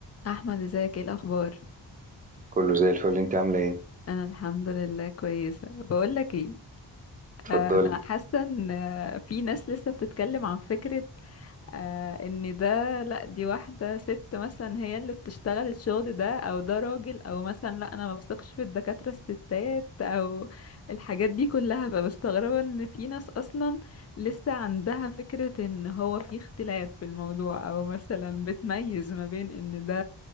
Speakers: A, on the left (about 35°); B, on the right (about 20°).
A: احمد ازيك ايه الاخبار
B: كله زي الفل انت عامله ايه
A: انا الحمد لله كويسه بقول لك ايه
B: اتفضلي
A: انا حاسه ان في ناس لسه بتتكلم عن فكره آه، ان ده لا دي واحده ست مثلا هي اللي بتشتغل الشغل ده او ده راجل او مثلا لا انا ما بثقش في الدكاتره الستات او الحاجات دي كلها فبستغربه ان في ناس اصلا لسه عندها فكره ان هو في اختلاف في الموضوع او مثلا بتميز ما بين ان ده